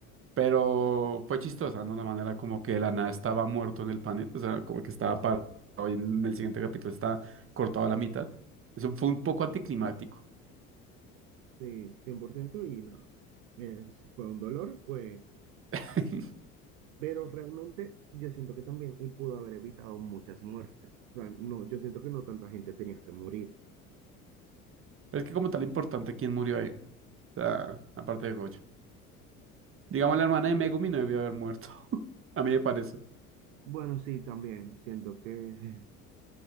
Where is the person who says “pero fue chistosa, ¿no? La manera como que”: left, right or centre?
Right